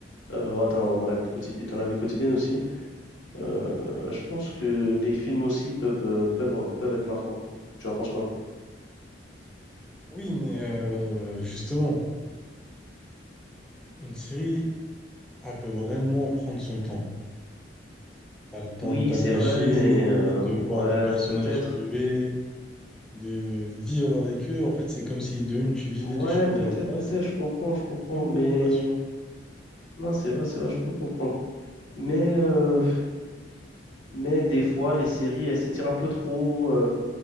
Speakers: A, on the left (about 90°); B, in the centre.
A: euh, voilà, dans, dans la vie de quotidienne, dans la vie quotidienne aussi. Euh, je pense que les films aussi peuvent, euh, peuvent, peuvent être marquants. Tu en penses quoi?
B: Oui, mais euh, justement, une série On peut vraiment prendre son temps. T'as le temps
A: Oui,
B: de t'attacher,
A: c'est vrai, mais euh,
B: de
A: ouais,
B: voir des personnages
A: peut-être.
B: évoluer, de vivre avec eux. En fait, c'est comme si de une, tu vivais
A: Ouais,
B: les choses
A: peut-être,
B: à leur place,
A: peut-être, je comprends, je comprends,
B: comme
A: mais
B: une relation.
A: non, c'est vrai, c'est vrai, je peux comprendre. Mais, euh, mais des fois, les séries, elles s'étirent un peu trop. euh,